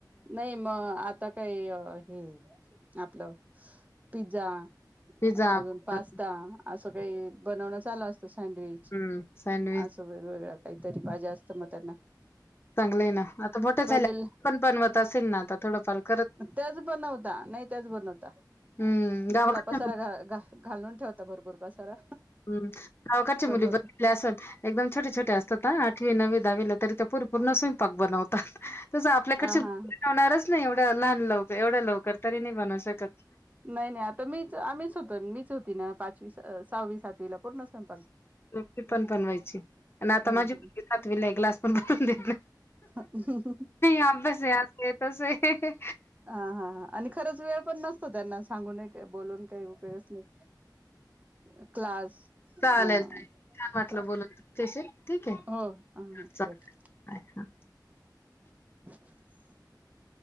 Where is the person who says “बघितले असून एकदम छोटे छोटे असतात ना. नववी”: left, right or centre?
Left